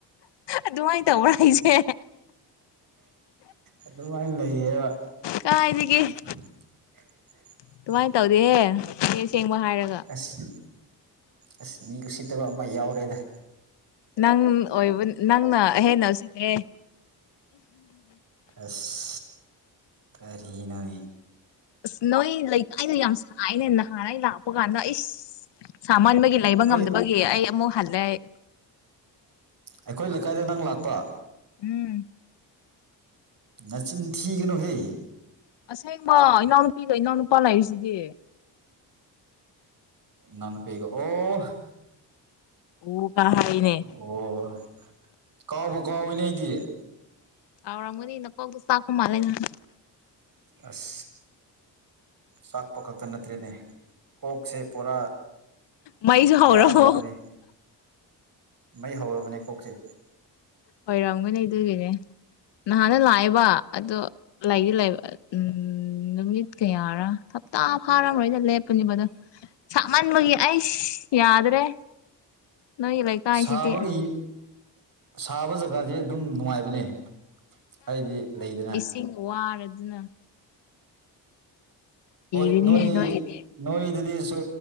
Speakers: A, on the left; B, on the right.
A: ꯑꯗꯨꯃꯥꯏꯅ ꯇꯧꯕ꯭ꯔꯥ ꯑꯩꯁꯦ
B: ꯑꯗꯨꯃꯥꯏꯅ ꯂꯩꯌꯦꯕ
A: ꯀꯥꯏꯗꯒꯤꯗꯒꯤ
B: <unintelligible>
A: ꯑꯗꯨꯃꯥꯏꯅ ꯇꯧꯗꯍꯦ ꯑꯁꯦꯡꯕ ꯍꯥꯏꯔꯒ
B: ꯑꯁ ꯑꯁ ꯃꯤ ꯎꯁꯤꯠꯇꯕ ꯑꯃ ꯌꯥꯎꯔꯦꯗ
A: ꯅꯪ ꯑꯣꯏꯕ ꯅꯪꯅ ꯑꯍꯦꯟꯅ ꯁꯤꯁꯦ
B: ꯑꯁ ꯀꯔꯤꯅꯃꯤ
A: ꯑꯁ ꯅꯣꯏ ꯂꯩꯀꯥꯏꯗ ꯌꯥꯝ ꯁꯥꯏꯅ ꯅꯍꯥꯟ ꯂꯥꯛꯄ ꯀꯥꯟꯗ ꯑꯩ ꯁꯃꯟꯕꯒꯤ ꯂꯩꯕ
B: ꯑꯩꯈꯣꯏ
A: ꯉꯝꯗꯕꯒꯤ ꯑꯩ ꯑꯃꯨꯛ ꯍꯜꯂꯦ ꯑꯩ
B: ꯑꯩꯈꯣꯏ ꯂꯩꯀꯥꯏꯗ ꯅꯪ ꯂꯥꯛꯄ
A: ꯎꯝ
B: ꯅꯆꯤꯟ ꯊꯤꯒꯅꯣꯍꯦ
A: ꯑꯁꯦꯡꯕ ꯏꯅꯥꯎꯅꯨꯄꯤꯒ ꯏꯅꯥꯎꯅꯨꯄꯥ ꯂꯩꯔꯤꯁꯤꯗꯤ
B: ꯅꯅ ꯄꯒ ꯑꯣ <inaudible>
A: ꯑꯣ ꯒ ꯍꯜꯢꯅꯦ
B: ꯑꯣ ꯀꯥꯎꯕ ꯀꯥꯎꯋꯏ ꯅ ꯑꯩꯗꯤ
A: ꯑꯧꯔ ꯃꯅꯤ ꯏꯅ ꯀꯣꯛꯁꯨ ꯆꯥꯛꯄ ꯃꯥꯜ ꯅꯪ
B: ꯑꯁ ꯆꯥꯛꯄ ꯈꯛꯇ ꯅꯠꯇ꯭ꯔꯦꯅꯦ ꯀꯣꯛꯁꯦ ꯄꯨꯔꯥ
A: ꯃꯩꯁꯨ ꯍꯧꯔꯕꯣ
B: ꯌꯥꯗ꯭ꯔꯕꯅꯤ ꯃꯩ ꯍꯧꯔꯕꯅꯦ ꯀꯣꯛꯁꯦ
A: ꯑꯣꯏꯣꯏꯔꯝꯒꯅꯤ ꯑꯗꯨꯒꯤꯅꯦ ꯅꯍꯥꯟꯅ ꯂꯥꯛꯑꯦꯕ ꯑꯗꯣ ꯂꯩꯒꯤ ꯂꯩꯕ ꯎꯝ ꯅꯨꯃꯤꯠ ꯀꯌꯥꯔꯥ ꯊꯞꯇꯥ ꯐꯥꯔꯝꯔꯣꯏꯅ ꯂꯦꯞꯄꯅꯦꯕ ꯑꯗꯣ ꯁꯥꯃꯟ ꯂ ꯑꯩꯁ ꯌꯥꯗ꯭ꯔꯦ ꯅꯣꯏꯒꯤ ꯂꯩꯀꯥꯏꯁꯤꯗꯤ
B: ꯁꯥꯕꯒꯤ ꯁꯥꯕ ꯖꯒꯥꯗꯤ ꯑꯗꯨꯝ ꯅꯨꯡꯉꯥꯏꯕꯅꯦ ꯑꯩꯗꯤ ꯂꯩꯗꯅ
A: ꯏꯤꯡ ꯋꯥꯔꯗꯨꯅ
B: ꯍꯣꯏ
A: ꯔꯤꯅꯦꯍꯦ
B: ꯅꯣꯏ
A: ꯅꯣꯏꯒꯤꯗꯤ
B: ꯅꯣꯏꯗꯗꯤꯁꯨ